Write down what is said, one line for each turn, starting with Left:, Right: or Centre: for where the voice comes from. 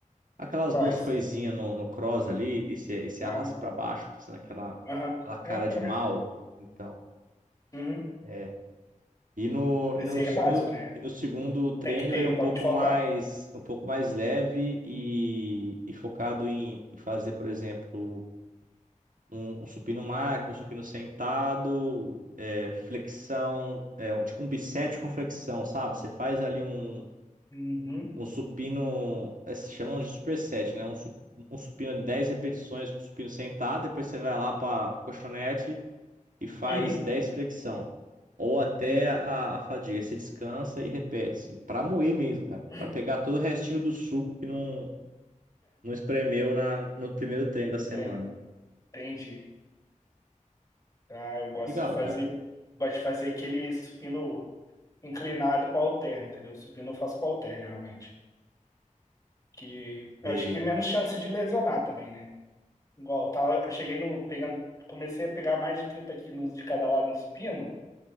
Right: Aquelas
Left: Cross.
Right: duas coisinhas no, no cross ali, esse, esse
Left: Aham.
Right: arrasta pra baixo, fazendo aquela,
Left: Aham.
Right: aquela cara
Left: É o cross.
Right: de mal. Então,
Left: Uhum.
Right: é. E no,
Left: Esse
Right: e no
Left: aí
Right: segundo,
Left: é básico, né?
Right: e no segundo treino
Left: Tem que ter,
Right: ele
Left: não
Right: é um
Left: pode
Right: pouco
Left: faltar.
Right: mais, um pouco mais leve e, e focado em, em fazer, por exemplo, um, um supino máquina, um supino sentado, é, flexão, é, um, tipo um bicep com flexão, sabe? Você faz ali um,
Left: Uhum.
Right: um supino, é, se chamam de superset, né? Um, su- um supino de 10 repetições com supino sentado, depois você vai lá para colchonete e faz
Left: Uhum,
Right: 10 flexão. Ou até
Left: entendi.
Right: a, a fadiga. Você descansa e repete, assim, para moer mesmo, cara.
Left: <laughs>
Right: para pegar todo o restinho do suco que não, não espremeu na, no primeiro treino
Left: Enten-
Right: da semana.
Left: Entendi. Ah, eu gosto
Right: Legal,
Left: de fazer,
Right: cara.
Left: eu gosto de fazer aquele supino inclinado com halter, entendeu? Supino eu faço com halter, geralmente. Que eu
Right: E
Left: acho que é menos chance de lesionar também, né? Igual, eu tava, eu cheguei no, pegando, comecei a pegar mais de 30 quilos de cada lado no supino,